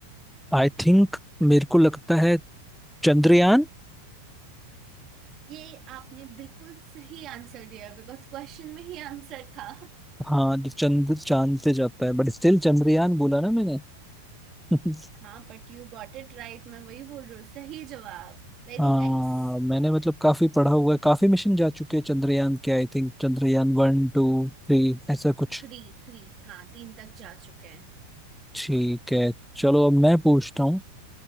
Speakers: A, in the centre; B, on the right.
A: आई थिंक मेरे को लगता है चंद्रयान
B: ये आपने बिल्कुल सही आंसर दिया बिकॉज क्वेश्चन में ही आंसर था
A: हाँ जो चंद्र चांद पे जाता है बट स्टिल चंद्रयान बोला ना मैंने <laughs>
B: हाँ but you got it right मैं वही बोल रही हूँ सही जवाब Very
A: हाँ
B: nice
A: मैंने मतलब काफी पढ़ा हुआ है काफी मिशन जा चुके हैं चंद्रयान के I think Chandrayaan one two three ऐसा कुछ
B: थ्री थ्री हाँ तीन तक जा चुके हैं
A: ठीक है चलो अब मैं पूछता हूँ